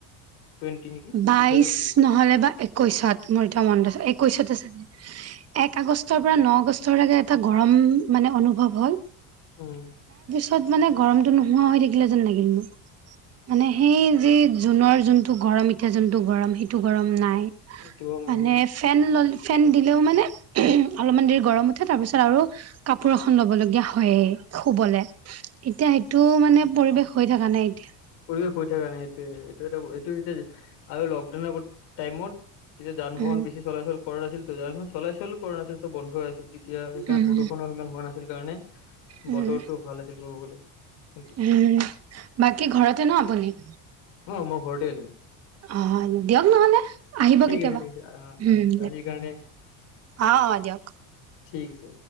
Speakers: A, on the left; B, on the right.
A: টুৱেণ্টি নেকি
B: বাইশ
A: টু থাউজেণ্ড বিশ
B: নহ'লে বা একৈশত মোৰ এতিয়া মনড <unintelligible> কৈছতে চাগে <unintelligible> এক আগষ্টৰ পৰা ন আগষ্টৰ লকে এটা গৰম মানে অনুভৱ হল
A: উম,
B: তাত মানে গৰমটো নোহোৱা হৈ থাকিলে যেন লাগিল মোৰ, মানে সেই যি জুনৰ জোনটো গৰম এতিয়া যোনটো গৰম সেইটো গৰম নাই
A: এইটো গম
B: মানে
A: নাই
B: ফেন ল ফেন দিলেও মানে অলপমান দেৰি গৰম উঠে তাৰ পিছত আৰু কাপোৰ এখন ল'ব লগীয়া হয়য়ে শুবলে এতিয়া সেইটো মানে পৰিৱেশ হৈ থকা নাই এতিয়া
A: পৰিৱেশ হৈ থাকা নাই সেইটোৱে এইটো এটা এইটো এতিয়া আৰু লকডাউনৰ আগত টাইমত তেতিয়া যান
B: উম,
A: বাহন বেছি চলাচল কৰা নাছিল টো যান- বাহন চলাচলো কৰা নাছিল চব বন্ধ হৈ আছিল এতিয়া সেইকাৰণে
B: উম,
A: প্ৰদূষণো সিমান হোৱা নাছিল কাৰণে
B: উম,
A: বতৰটো ভাল আছিল ক'ব গলে। কিন্তু
B: উম, বাকী ঘৰতে ন আপুনি?
A: অ', মই ঘৰতে আছো।
B: অ, দিয়ক নহলে আহিব
A: ঠিক
B: কেতিয়াবা
A: আছে ঠিক আছে আহ আহিম
B: উম
A: আজিৰ কাৰণে
B: অ। অ, দিয়ক।
A: ঠিক আছে।